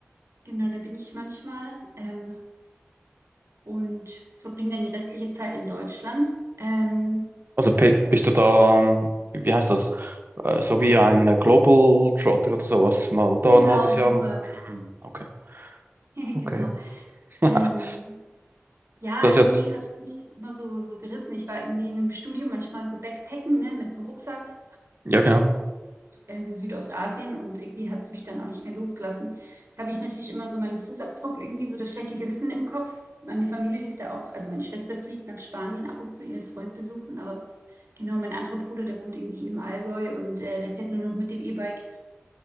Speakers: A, on the right; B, on the right.
A: genau, da bin ich manchmal ähm, und verbringe dann die restliche Zeit in Deutschland. Ähm,
B: Also Pe- bist du da, ähm, wie heißt das? Äh, So
A: so,
B: wie ein Global Trotter oder sowas, mal da
A: genau,
B: ein halbes
A: super.
B: Jahr. Hm, Okay,
A: <laughs> Genau.
B: okay. <laughs>
A: Ähm, ja,
B: Das jetzt,
A: irgendwie hat mich immer so, so gerissen. Ich war irgendwie mit dem Studium manchmal so Backpacken, ne, mit so Rucksack.
B: ja genau.
A: äh, Südostasien und irgendwie hat es mich dann auch nicht mehr losgelassen. Da habe ich natürlich immer so meinen Fußabdruck, irgendwie so das schlechte Gewissen im Kopf. Meine Familie, die ist da auch, also meine Schwester fliegt nach Spanien ab und zu ihren Freund besuchen, aber genau, mein anderer Bruder, der wohnt irgendwie im Allgäu und äh, der fährt nur noch mit dem E-Bike. <laughs>